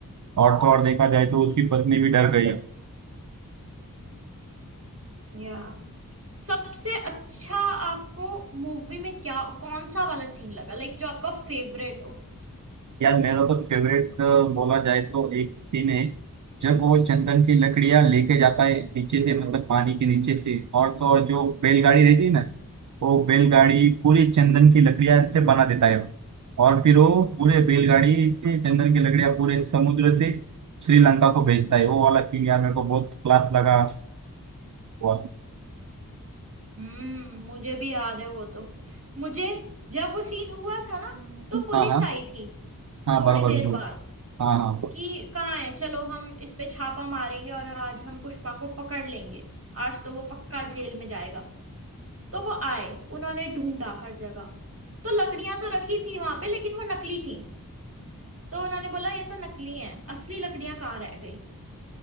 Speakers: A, on the right (about 60°); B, on the right (about 40°).
A: और तो और देखा जाए तो उसकी पत्नी भी डर गई
B: या सबसे अच्छा आपको मूवी में क्या कौन सा वाला सीन लगा लाइक जो आपका फेवरेट हो
A: यार मेरा तो फेवरेट बोला जाए तो एक सीन है जब वो चंदन की लकड़ियां लेके जाता है नीचे से मतलब पानी के नीचे से और तो और जो बैलगाड़ी रहती है ना वो बैलगाड़ी पूरी चंदन की लकड़ियां से बना देता है वो। और फिर वो पूरे बैलगाड़ी से चंदन की लकड़ियां पूरे समुद्र से श्रीलंका को भेजता है वो वाला सीन यार मेरे को बहुत क्लास लगा हुआ
B: हम्म मुझे भी याद है वो तो मुझे जब वो सीन हुआ था ना तो पुलिस
A: हाँ हाँ
B: आई थी
A: हाँ
B: थोड़ी
A: बराबर
B: देर
A: बिल्कुल
B: बाद
A: हाँ हाँ
B: कि कहाँ है चलो हम इस पे छापा मारेंगे और आज हम पुष्पा को पकड़ लेंगे आज तो वो पक्का जेल में जाएगा तो वो आए उन्होंने ढूंढा हर जगह तो लकड़ियां तो रखी थी वहां पे लेकिन वो नकली थी तो उन्होंने बोला ये तो नकली हैं असली लकड़ियां कहाँ रह गई